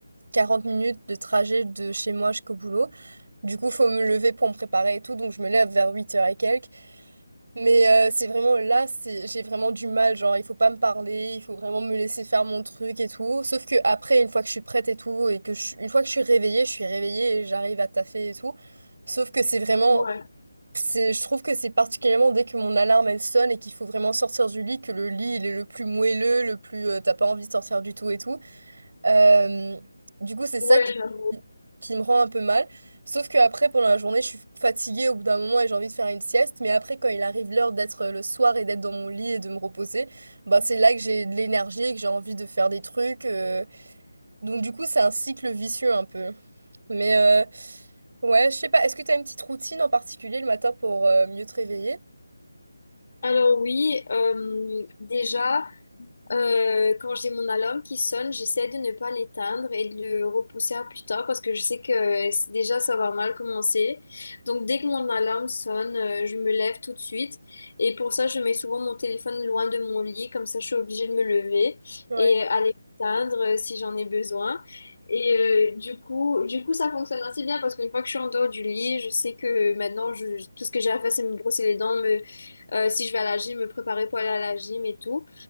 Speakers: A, on the right; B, on the left.
A: 40 minutes de trajet de chez moi jusqu'au boulot. Du coup, faut me lever pour me préparer et tout donc je me lève vers huit heures et quelques Mais euh, c'est vraiment là, c'est j'ai vraiment du mal, genre il faut pas me parler, il faut vraiment me laisser faire mon truc et tout. Sauf que après, une fois que je suis prête et tout, et que je, suis- une fois que je suis réveillée, je suis réveillée et j'arrive à taffer et tout. Sauf que c'est vraiment,
B: Ouais,
A: c'est, je trouve que c'est particulièrement dès que mon alarme elle sonne et qu'il faut vraiment sortir du lit, que le lit il est le plus moelleux, le plus euh, t'as pas envie de sortir du tout et tout. Euh, du coup, c'est ça
B: ouais,
A: qui,
B: j'avoue.
A: qui me rend un peu mal. Sauf que après, pendant la journée, je suis fatiguée au bout d'un moment et j'ai envie de faire une sieste. Mais après, quand il arrive l'heure d'être le soir et d'être dans mon lit et de me reposer, bah, c'est là que j'ai de l'énergie et que j'ai envie de faire des trucs. euh. Donc, du coup, c'est un cycle vicieux un peu. Mais euh, ouais, je sais pas. Est-ce que tu as une petite routine en particulier le matin pour euh, mieux te réveiller?
B: Alors oui, euh, déjà. Euh, quand j'ai mon alarme qui sonne, j'essaie de ne pas l'éteindre et de le repousser à plus tard parce que je sais que euh, c'est- déjà ça va mal commencer. Donc dès que mon alarme sonne, euh, je me lève tout de suite et pour ça je mets souvent mon téléphone loin de mon lit, comme ça je suis obligée de me lever
A: Ouais.
B: et aller l'éteindre euh, si j'en ai besoin. Et euh, du coup, du coup ça fonctionne assez bien parce qu'une fois que je suis en dehors du lit, je sais que maintenant je- tout ce que j'ai à faire c'est me brosser les dents, me, euh, si je vais à la gym, me préparer pour aller à la gym et tout.